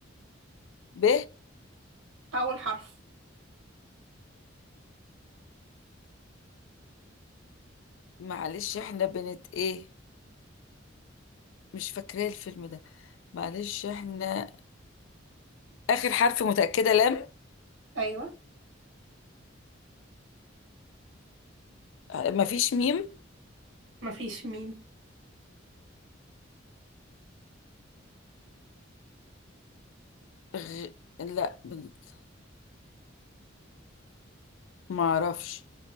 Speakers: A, on the left; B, on the right.
A: ب
B: اول حرف
A: معلش إحنا بنت إيه مش فاكرة الفيلم ده معلش إحنا آخر حرف متأكدة لام
B: ايوه
A: آه، مفيش ميم
B: مفيش ميم
A: غ... لا بنت ما أعرفش